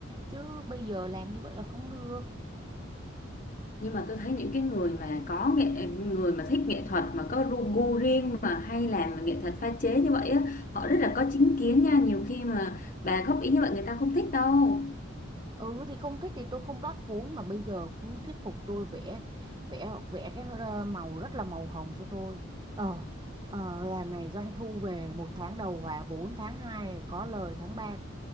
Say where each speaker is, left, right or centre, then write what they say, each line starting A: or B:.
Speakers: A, on the right; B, on the left.
A: Chứ bây giờ làm như vậy là không được.
B: nhưng mà tôi thấy những cái người mà có nghệ người mà thích nghệ thuật mà có ru gu riêng mà hay làm mà nghệ thuật pha chế như vậy á họ rất là có chính kiến nha nhiều khi mà bà góp ý như vậy người ta không thích đâu
A: Ừ thì không thích thì tôi không rót vốn mà bây giờ cứ thuyết phục tôi vẽ vẽ vẽ cái ờ, màu rất là màu hồng cho tôi. Ờ Ờ, làm này doanh thu về một tháng đầu hòa vốn tháng 2 có lời tháng 3.